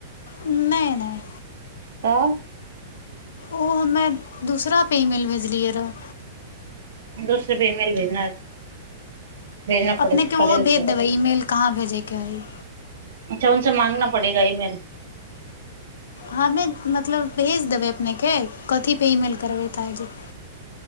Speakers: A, on the left; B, on the right.
A: नहि नहि
B: तऽ
A: ओ हमे दूसरा पर ईमेल भेजलियै रहऽ
B: दोस रुपए मेल भेजना भेजना पड़े
A: अपने के
B: पड़े
A: ओहो भेज
B: से
A: देबै ईमेल कहाँ भेजेके हइ
B: अच्छा उन स मांगना पड़ेगा ईमेल।
A: हमे मतलब भेज देबै अपनेके कथी पे ईमेल करबै त आ जेत